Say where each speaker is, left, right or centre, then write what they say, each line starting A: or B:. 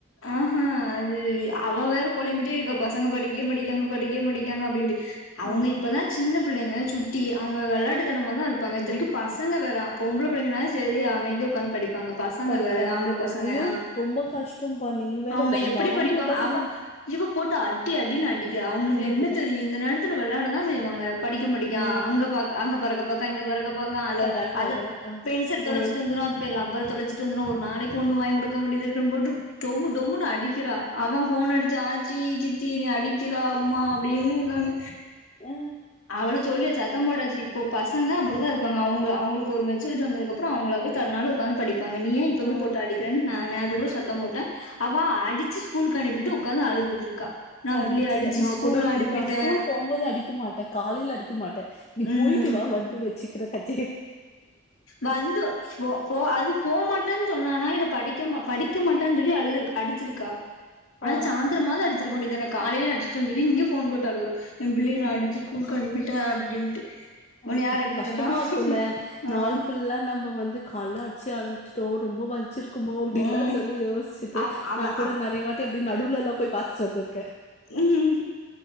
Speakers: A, on the left; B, on the left.
A: ஹ் ஹான் அது அவ வேற புழம்பிட்டே இருக்கா பசங்க படிக்கே மாடிக்காங்க படிக்க மாடிக்காங்க அப்படின்ட்டு அவங்க
B: ஆ
A: இப்பதான் சின்ன பிள்ளைங்க சு ட்டி அவங்க விளாட்டு தனம தான் இருப்பாங்க இத்தனைக்கும் பசங்க வேற அப்ப பொம்பளை பிள்ளைங்கனா சரி அமைதிய உட்காந்து படி ப்பாங்க பசங்க
B: படிப்பாங்க.
A: வேற ஆம்பளை பசங்க
B: ஐயோ!
A: ஆஹ்
B: ரொம்ப கஷ்டம்ப்பா. நீங்க வேற
A: அவங்க
B: ப இந்த
A: எப்படி
B: ஆம்பள
A: படிப்பாங்க
B: பசங்க
A: அவா இவ போட்டு அடி அடின்னு அடிக்க அவங்களுக்கு
B: படிக்கிறா.
A: என்ன தெரியும் இந்த நேரத்துல விளையாட தான் செய்வாங்க படிக்க படிக்க
B: ஆ.
A: அங்க பா அ பறக்க பாக்கா இங்க பறக் க பாக்கா அத
B: பெறாக்
A: அதை
B: பாக்குறா. ஆ.
A: பென்சில் தொலைச்சிட்டு
B: ஆ.
A: வந்துரும் ரப்பர தொச்சிட்டு வந்துரும் ஒரு நாளைக்கு ஒண்ணு வாங்கி கொடு இருக்க வேண்டியது இருக்கு போட்டு டொமு டொமு அடிக்கிறா அவன் போன் அடிச்சு ஆச்சி சித்தி நீ அடி அடிக்கிறா அம்மா அப்படின்னுாங்க
B: அ
A: அவள சொல்லிய சத்தம் போட்டாச்சி இப்போ பசங்க அப்படிதான் இருப்பாங்க அவங்க அவங்களுக்கு ஒரு மெச்சூரிட்டி வந்ததுக்கப்புறம் அவங்களாவ தன்னால உட்காந்து படி ப்பங்க நீ இப்பமே
B: ஆ
A: போட்டு அடிக்கிறன் நான் நே த்து கூட சத்தம் போட்ட அவ அடிச்சு ஸ்கூல் அனுப்பிட்டு உட்கார்ந்து அழுதுகிட்டு இருக்கா நான்
B: அடிச்சிட்டேன்
A: பிள்ளைய அடிச்சு
B: நான்
A: ஸ்கூல்
B: கூட அப்படித்தான்
A: அனுப்பிட்டேன்
B: ஸ்கூல் போகும்போது அடிக்க மாட்டேன் காலைல அடிக்க மாட்டேன் நீ
A: ம்
B: போயிட்டு வா வந்து வச்சுக்கிற கட்
A: வந்து போ போ அது போ மாட்டேன்னு சொன்னனா இல்ல படிக்க படிக்க மாட்டேன்னு சொல்லி அழுது அடிச்சிருக்கா
B: ஆ
A: அத சாயந்திரமாவது அடிச்சிருக்க வேண்டியதான காலயே அடிச்சுட்டாம் சொல்லி இங்க ஃபோன் போட்டு அழுவுறா எம்பிள்ளேய
B: எங்க
A: நா அடிச்சு ஸ்கூ லுக்கு அனுப்பிட்ட அப்டின்ட்டு
B: ஆஹ
A: உன்ன யார்
B: அது
A: அடிக்க
B: கஷ்டமா
A: சொன்னா
B: இருக்கும்ல.
A: ம்
B: நாள் ஃபுல்லா நம்ம வந்து கால்லே அடிச்சு அழு ச்சுடோம் ரொம்ப வலிக்கு வச்சிருக்குமோ அப்டின்ல
A: ம்
B: சொல்லி யோசிச்சுட்டு
A: அவ அவ
B: நான் கூட
A: அ
B: நெறைய வாட் எப்படி நடுவுலல்லா போய் பாத்துட்டு வந்துருக்கு
A: ம்